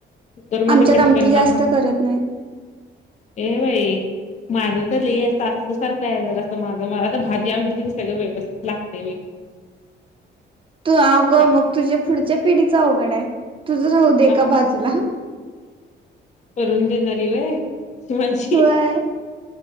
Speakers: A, on the left; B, on the right.
A: कुकर मध्ये
B: आमच्यात
A: पटकन
B: आमटी
A: लाम
B: जास्त करत नाहीत.
A: ये बाई. माझं तर लई अस अतू सारखंय बघा. जर असं माझं मला तर भाजी आमटी तेन सगळं व्यवस्थित लागतय बाई.
B: तू अगं
A: का
B: मग तुझ्या पुढच्या पिढीच अवघडेय. तुझ राहू दे
A: काम
B: एका बाजूला.
A: करून देणारी व्हय. ही माझी.
B: होय